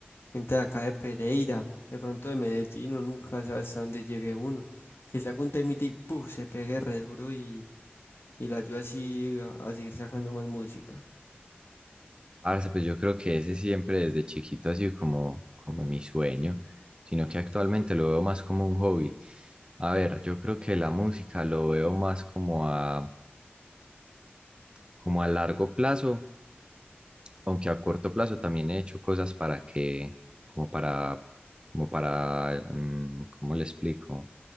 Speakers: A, on the left (about 70°); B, on the right (about 25°).
A: gente de acá de Pereira, de pronto de Medellín, o nunca sabes hasta dónde llegue uno, que saca un temita y ¡puf! se pegue re duro y, y la ayuda así a, a seguir sacando más música.
B: parce, pues yo creo que ese siempre desde chiquito ha sido como, como mi sueño, sino que actualmente lo veo más como un hobby. A ver, yo creo que la música lo veo más como a, como a largo plazo, aunque a corto plazo también he hecho cosas para que, como para, como para, mm, ¿cómo le explico?